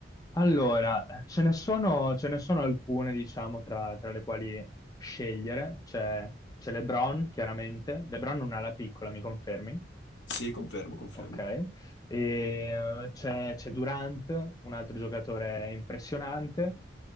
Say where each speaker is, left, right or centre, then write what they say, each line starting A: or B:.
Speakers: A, on the left; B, on the left.
A: Allora, ce ne sono, ce ne sono alcune, diciamo, tra, tra le quali scegliere. C'è c'è LeBron, chiaramente. LeBron non ha la piccola, mi confermi?
B: Sì, confermo, confermo.
A: Ok, E, eh, c'è c'è Durant, un altro giocatore impressionante.